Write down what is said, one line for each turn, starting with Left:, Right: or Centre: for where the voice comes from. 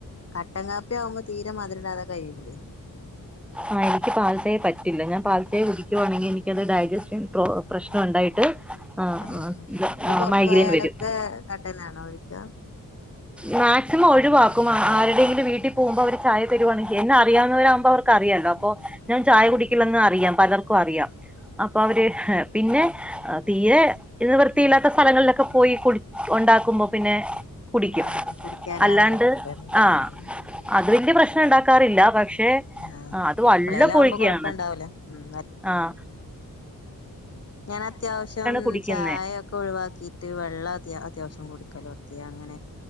Left: കട്ടൻഗാപ്പി ആവുമ്പോ തീരെ മധുരടാതെ കു കയ്യൂലെയ്
Centre: ആ എൻക്ക് പാൽചായ പറ്റില്ല ഞാൻ പാൽചായ കുടിക്കുവാണെങ്കി എനിക്കത് ഡയജസ്റ്റ് പ്രശ്ണൊണ്ടായിട്ട് മ്മ്ഹ്ഹ്
Left: ആഹ് അപ്പൊ പൊറത്തു
Centre: മൈഗ്രെയിൻ
Left: പോയാലൊക്കെ
Centre: വരും
Left: കട്ടനാണോ ഒഴിക്കാ
Centre: മാക്സിമം ഒഴിവാക്കും ആരുടെങ്കിലും വീട്ടിപോവുമ്പോ അവര് ചായ തരുവാണെങ്കി എന്നെ അറിയാവുന്നവരാവുമ്പോ വർക്കറിയാല്ലോ അപ്പൊ ഞാൻ ചായ
Left: ആഹ്
Centre: കുടിക്കില്ലെന്ന് അറിയാം പലർക്കു അറിയാം അപ്പൊ
Left: ആഹ്
Centre: അവര് പിന്നെ തീരെ നിവൃത്തിയില്ലാത്ത സ്ഥലങ്ങളിലൊക്കെ പോയി കുടി ഒണ്ടാക്കുമ്പോ പിന്നെ കുടിക്കും
Left: ആഹ് കുടിക്കാല്ലാ
Centre: അല്ലാണ്ട്
Left: നിവർത്തിയില്ലല്ലേ
Centre: ആ
Left: ഉം
Centre: അത് വല്യേ പ്രശ്നണ്ടാക്കാറില്ല പക്ഷേ ക്ഷെ
Left: ആഹ്
Centre: ആ അത് വല്ലപോയോക്കയാണ്
Left: എപ്പളേലും ആവുമ്പോ കൊഴപ്പണ്ടാവൂല ഉം
Centre: ആഹ
Left: ഞാനത്യാവശ്യം
Centre: കുടിക്കുന്നെ
Left: ചായൊക്കെ ഒഴിവാക്കിട്ട് വെള്ള അത്യ അത്യാവശ്യം കുടിക്കും കലോർത്തിയങ്ങനെ